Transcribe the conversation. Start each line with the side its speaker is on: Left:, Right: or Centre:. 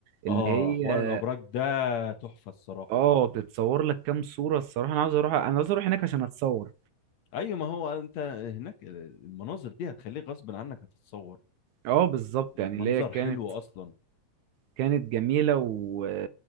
Right: اللي
Left: اه
Right: هي
Left: حوار الابراج ده تحفه الصراحه
Right: اه تتصور لك كام صورة الصراحة انا عاوز اروح انا عاوز اروح هناك عشان اتصور
Left: ايوه ما هو انت هناك المناظر دي هتخليك غصب عنك هتتصور
Right: اه بالظبط
Left: المنظر
Right: يعني اللي هي كانت
Left: حلو اصلا
Right: كانت جميلة و...